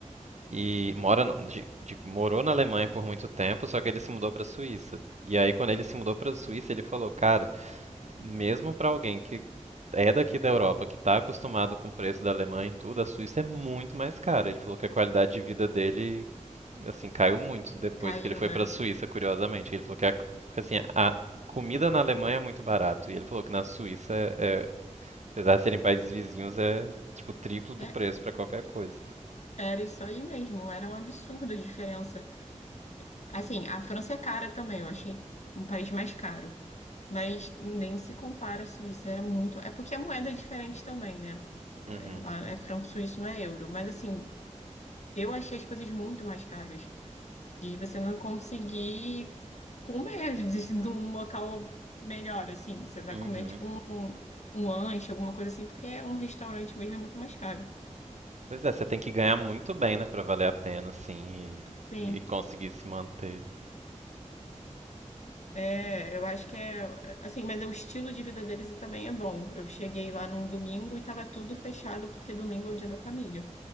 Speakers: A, on the right (about 65°); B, on the left (about 65°).
A: E mora não, de- de- morou na Alemanha por muito tempo, só que ele se mudou para a Suíça. E aí quando ele se mudou para a Suíça, ele falou, cara, Mesmo para alguém que é daqui da Europa, que está acostumado com o preço da Alemanha e tudo, a Suíça é muito mais cara. Ele falou que a qualidade de vida dele, assim, caiu muito depois
B: caiu,
A: que ele foi
B: né?
A: para a Suíça, curiosamente. Ele falou que a, porque, assim, a comida na Alemanha é muito barato. E ele falou que na Suíça, é, apesar de serem países vizinhos, é tipo triplo do
B: É,
A: preço para qualquer coisa.
B: era isso aí mesmo, era um absurdo a diferença. Assim, a França é cara também, eu achei um país mais caro. Mas nem se compara à Suíça, era muito. É porque a moeda é diferente também, né?
A: Uhum.
B: Lá é franco suíço, não é euro. Mas assim, eu achei as coisas muito mais caras. de você não conseguir comer <laughs> de, num local melhor, assim. Você vai
A: Uhum.
B: comer, tipo, um, um lanche, alguma coisa assim, porque é um restaurante mesmo é muito mais caro.
A: Pois é, você tem que ganhar muito bem, né, para valer a pena, assim,
B: Sim.
A: e, e conseguir se manter.
B: É, eu acho que é, é, assim, mas é o estilo de vida deles também é bom. Eu cheguei lá num domingo e tava tudo fechado, porque domingo é o dia da família.